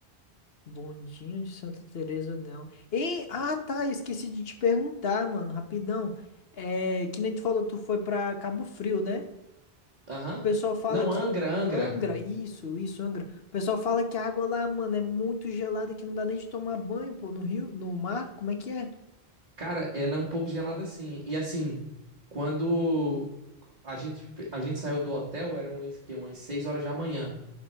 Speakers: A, on the left; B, on the right.
A: bondinho de Santa Teresa, não. E, ah, tá, esqueci de te perguntar, mano, rapidão. É, que nem tu falou, tu foi pra Cabo Frio, né? O
B: Aham.
A: pessoal fala
B: Não,
A: que
B: Angra, Angra.
A: Angra, isso, isso, Angra. O pessoal fala que a água lá, mano, é muito gelada que não dá nem de tomar banho, pô, no rio, no mar, como é que é?
B: Cara, ela é um pouco gelada assim. E assim, quando a gente, a gente saiu do hotel, eram umas, que, umas 6 horas da manhã.